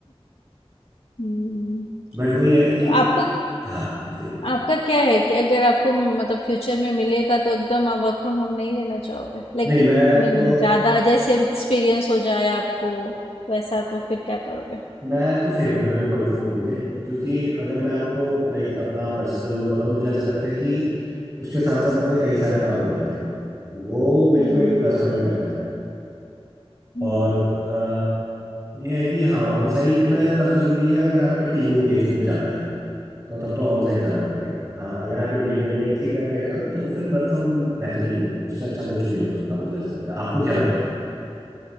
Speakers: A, on the left; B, on the right.
A: हम्म
B: बट वही है कि
A: तो आपको
B: हाँ बताइए
A: आपका क्या है कि अगर आपको मतलब फ्यूचर में मिलेगा तो एकदम आप वर्क फ्रॉम होम नहीं लेना चाहोगे लाइक
B: नहीं मैं
A: मीन
B: तो
A: ज्यादा जैसे एक्सपीरियंस हो जाए आपको वैसा तो फिर क्या करोगे
B: मैं तो फेवर पे हूँ वर्क फ्रॉम होम के क्योंकि अगर मैं आपको लाइक अपना पर्सनल वो बताऊँ मुझे ऐसा लगता है कि उसके साथ साथ अपने कई सारे काम हो जाते हैं वो मेरे
A: हम्म
B: को एक प्लस पॉइंट लगता है
A: हम्म
B: और अ, यह है कि हाँ ऑन साइट में तब जरूरी है अगर आपका टीम एंगेजमेंट ज़्यादा है तो तब तो ऑन साइट जाना पड़ेगा हाँ अगर आप इंडिपेंडेंटली कर रहे हैं काम तो फिर वर्क फ्रॉम होम बेहतरीन है उससे अच्छा कुछ नहीं हो सकता मुझे ऐसा लगता है आपको क्या लगता है